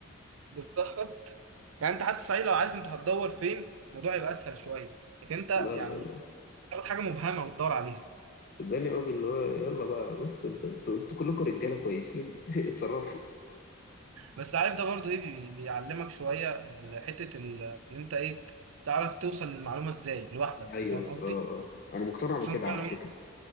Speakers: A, on the right (about 75°); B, on the left (about 45°).
A: بالظبط يعني انت حتى صحيح لو عارف انت هتدور فين الموضوع يبقى اسهل شويه لكن انت
B: لا
A: يعني
B: لا
A: تاخد حاجه مبهمه وتدور عليها
B: صدقني قوي اللي هو يلا بقى بص انت انتوا انتوا كلكم رجاله كويسين <laughs> اتصرفوا
A: بس عارف ده برضو ايه بي- بيعلمك شويه ال- حته ال- ان انت ايه تعرف توصل للمعلومه ازاي لوحدك
B: ايوه
A: فاهم قصدي؟
B: اه اه انا مقتنع
A: بس
B: بكده
A: انت
B: على
A: لما-
B: فكره